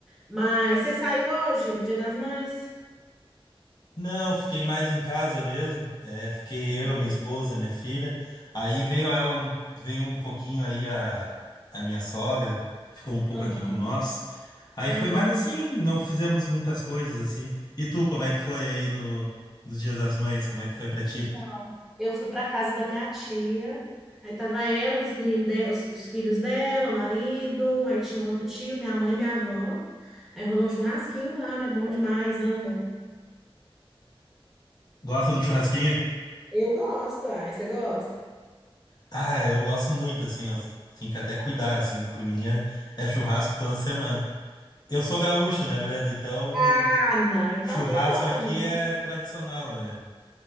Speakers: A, in the centre; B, on the left.
A: Mas você saiu hoje, no Dia das Mães?
B: Não, fiquei mais em casa mesmo. É, fiquei eu,
A: Uhum.
B: minha esposa, minha filha. Aí veio ela um, veio um pouquinho aí a, a minha sogra, ficou um pouco
A: Aham.
B: aqui com nós. Aí
A: Ah,
B: foi
A: é bom.
B: mais assim, não fizemos muitas coisas assim. E tu, como é que foi aí no, no Dia das Mães? Como é que foi pra ti?
A: Então, Eu fui para casa da minha tia. Aí tava ela, os meninos dela, os, os filhos dela, o marido, aí tinha um outro tio, minha mãe, e minha avó. Aí rolou um churrasquinho lá, né? Bom demais, amo.
B: Gosta do churrasquinho?
A: Eu gosto, ai, você gosta?
B: Ah, eu gosto muito, assim, eu tenho que até cuidar, assim, pra mim é, é churrasco toda semana. Eu sou gaúcho, né, Brenda? Então,
A: Ah, não, então
B: churrasco
A: não tem como,
B: aqui é
A: não.
B: tradicional, né?